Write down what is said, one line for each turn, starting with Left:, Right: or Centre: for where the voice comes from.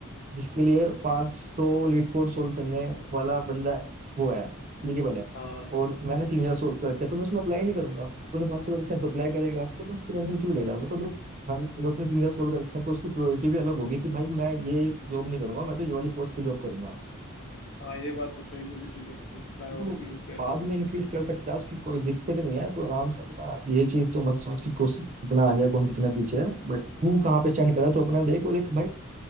Right: जिसके लिए 500 लीट कोड सोल्व करने वाला बंदा वो है एलिजिबल है
Left: हाँ
Right: और मैंने तीन हजार सोल्व कर रखे हैं, तो मैं उसमें अप्लाई नहीं करूंगा तूने 500 सौ कर रखे हैं
Left: हम्म,
Right: तो अप्लाई करेगा तो तू उसकी टेंशन क्यों ले रहा है वो तो देख हर अगर उसने तीन हजार सोल्व कर रखे हैं तो उसकी प्रायोरिटी भी अलग होगी कि भाई मैं ये जॉब नहीं करूंगा मैं तो ये वाली पोस्ट पे जॉब करूंगा
Left: हाँ ये बात तो सही बोली तूने एकदम प्रायोरिटी
Right: तो
Left: उनकी अलग
Right: बाद
Left: होगी
Right: में इंक्रीज कर सकता है उसकी कोई दिक्कत नहीं है तो आराम से अपना ये चीज तो मत सोच कि कोशिश कितना आगे है कौन कितना पीछे है बट तू कहाँ पे स्टैंड कर रहा है तो अपना देख और एक भाई